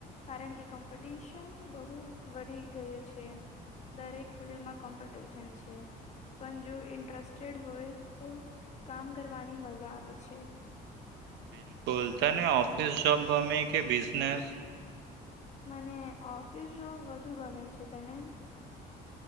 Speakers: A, on the left; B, on the right.
A: કારણ કે કમ્પિટિશન બહુ વધી ગયું છે. દરેક ફિલ્ડમાં કોમ્પિટિશન છે. પણ જો ઇન્ટરેસ્ટેડ હોય તો કામ કરવાની મઝા આવે છે.
B: બિલકુલ, તને ઓફિસ જોબ ગમે કે બિઝનેસ?
A: મને, ઓફિસ જોબ વધુ ગમે છે, તને?